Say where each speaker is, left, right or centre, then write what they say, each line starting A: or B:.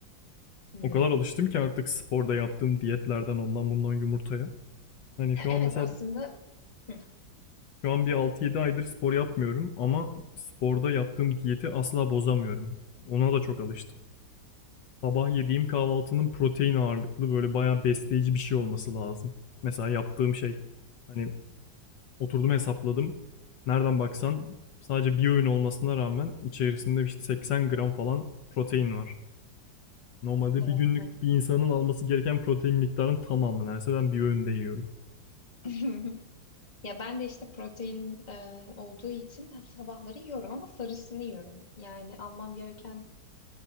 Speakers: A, on the left; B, on the left.
A: Hmm.
B: O kadar alıştım ki artık sporda yaptığım diyetlerden ondan bundan yumurtaya. Hani şu
A: Ya evet
B: an mesela
A: aslında Hı.
B: şu an bir altı yedi aydır spor yapmıyorum ama sporda yaptığım diyeti asla bozamıyorum. Ona da çok alıştım. Sabah yediğim kahvaltının protein ağırlıklı böyle bayağı besleyici bir şey olması lazım. Mesela yaptığım şey hani Oturdum hesapladım. Nereden baksan sadece bir öğün olmasına rağmen içerisinde işte 80 gram falan protein var. Normalde
A: evet
B: bir günlük
A: bu.
B: bir insanın alması gereken protein miktarının tamamı neredeyse ben bir öğünde yiyorum.
A: <laughs> Ya ben de işte protein e, olduğu için sabahları yiyorum ama sarısını yiyorum. Yani almam gereken